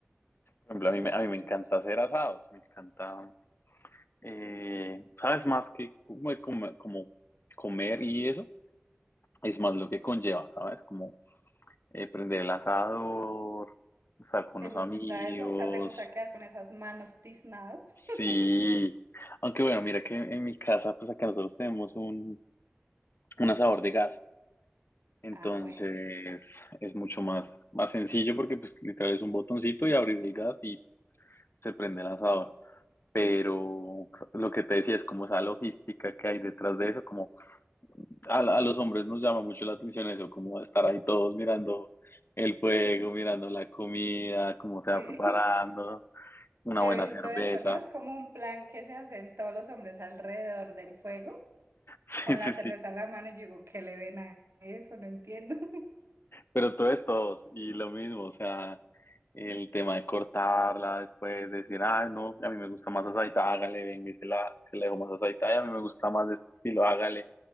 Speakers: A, on the left; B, on the right.
A: ejemplo,
B: Entonces,
A: a mí, me- a mí me encanta hacer asados. Me encanta. eh, sabes más que como, como, como comer y eso, es más lo que conlleva, ¿sabes? Como eh, prender el asador, estar con
B: ¿te
A: los
B: gusta
A: amigos,
B: eso? O sea, ¿te gusta quedar con esas manos tiznadas? <laughs>
A: sí. Aunque bueno, mira que en mi casa, pues acá nosotros tenemos un, un asador de gas, entonces
B: Ah, bueno.
A: es mucho más, más sencillo porque pues literal es un botoncito y abrir el gas y se prende el asador. Pero lo que te decía es como esa logística que hay detrás de eso, como a, a los hombres nos llama mucho la atención eso, como estar ahí todos mirando el fuego, mirando la comida, cómo se
B: Sí,
A: va preparando,
B: <laughs>
A: una
B: yo
A: buena
B: he visto
A: cerveza.
B: eso, ¿no? Es como
A: <laughs>
B: un plan que se hacen todos los hombres alrededor del fuego,
A: Sí,
B: con
A: sí,
B: la cerveza
A: sí.
B: en la mano. y Yo digo, ¿qué le ven a eso? No entiendo. <laughs>
A: Pero todo es todos. Y lo mismo, o sea, el tema de cortarla después, decir, ah, no, a mí me gusta más asadita hágale, venga, y se la, se la dejo más asadita y a mí me gusta más de este estilo, hágale.